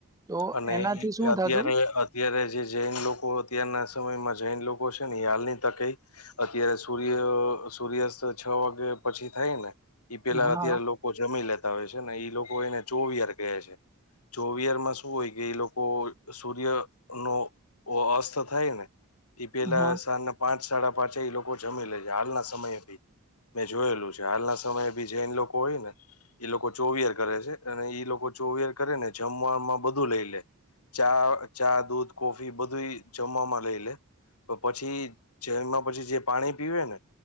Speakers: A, on the right; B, on the left.
A: તો
B: અને
A: એનાથી શું
B: અત્યારે
A: થતું
B: અત્યારે જે જૈન લોકો અત્યારના સમયમાં જૈન લોકો છે ને એ હાલની તકે અત્યારે સૂર્ય સૂર્યાસ્ત છ વાગે પછી થાય ને. ઈ પેલા
A: હા
B: અત્યારે લોકો જમી લેતા હોય છે ને ઈ લોકો એને ચોવીયાર કહે છે. ચોવીયારમાં શું હોય કે, એ લોકો સૂર્યનો ઓ અસ્ત થાય ને, ઈ પેલા
A: હા
B: સાજના પાંચ સાડા પાંચ એ લોકો જમી લે છે હાલના સમયેથી. મે જોયેલું છે હાલના સમયે બી જૈન લોકો હોય ને. એ લોકો ચોવીયાર કરે છે અને ઈ લોકો ચોવીયાર કરે ને જમવામાં બધું લઈ લે. ચા-ચા દૂધ કોફી બધુય જમવામાં લઈ લે. તો પછી જૈનમાં પછી જે પાણી પીવે ને,